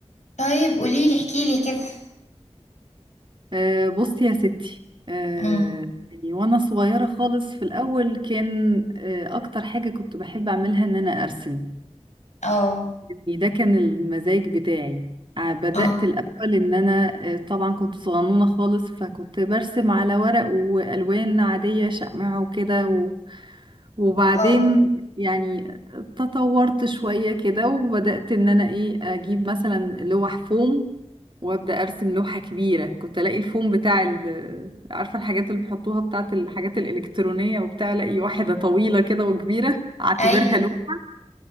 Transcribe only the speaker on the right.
آه بصي يا ستي آه
يعني وانا صغيره خالص في الاول كان آه اكتر حاجه كنت بحب اعملها ان انا ارسم
يعني ده كان المزاج بتاعي ع- بدأت
الأول إن أنا آه، طبعا كنت صغنونة خالص فكنت برسم على ورق وألوان عادية شقمع وكده و... وبعدين
يعني تطورت شوية كده وبدأت إن أنا إيه أجيب مثلا لوح فوم وأبدأ أرسم لوحة كبيرة كنت ألاقي الفوم بتاع ال... عارفة الحاجات اللي بيحطوها بتاعت الحاجات الإلكترونية وبتاع ألاقي واحدة طويلة كده وكبيرة أعتبرها
لوحة